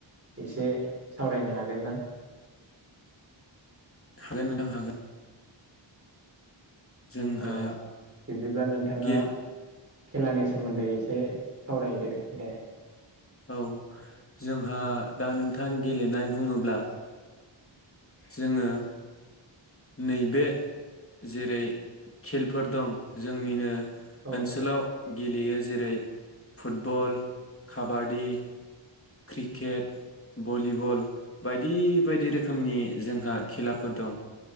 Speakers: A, on the right (about 30°); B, on the left (about 30°).
A: एसे सावरायनो हागोन ना?
B: हागोन नोंथां हागोन। जोंहा
A: अ बिब्दिब्ला नोंथाङा।
B: गिल
A: खेलानि सोमोन्दै एसे सावरायदो दे।
B: औ जोंहा दा नोंथां गेलेनाय बुङोब्ला। जोङो। नैबे जेरै खेलफोर दं जोंनिनो
A: औ
B: ओनसोलाव। गेलेयो जेरै फुटबल, काबादि। क्रिकेट, भलिबल बायदि बायदि रोखोमनि जोंहा खेलाफोर दं।